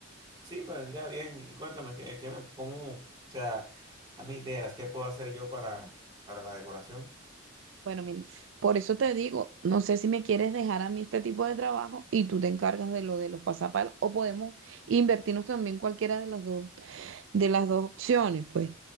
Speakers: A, on the right; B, on the right.
A: Sí, me vendría bien. Y cuéntame, ¿qué, qué me, cómo, o sea, dame ideas, ¿qué puedo hacer yo para, para la decoración?
B: Bueno, mira, por eso te digo, no sé si me quieres dejar a mí este tipo de trabajo y tú te encargas de lo de los pasapalos o podemos invertirnos también cualquiera de las dos, de las dos opciones, pues,